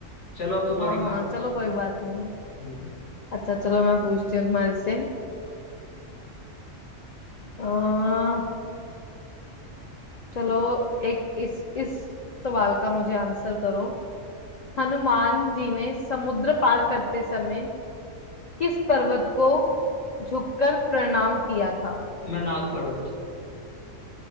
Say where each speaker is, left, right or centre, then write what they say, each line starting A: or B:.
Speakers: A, on the left; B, on the left.
A: चलो अब तुम्हारी
B: हाँ हाँ
A: बारी है।
B: चलो कोई बात नहीं
A: हम्म,
B: अच्छा चलो मैं पूछती हूँ तुम्हारे से आ, चलो एक इस इस सवाल का मुझे आंसर करो हनुमान जी ने समुद्र पार करते समय किस पर्वत को झुककर प्रणाम किया था
A: मैं नाग पर्वत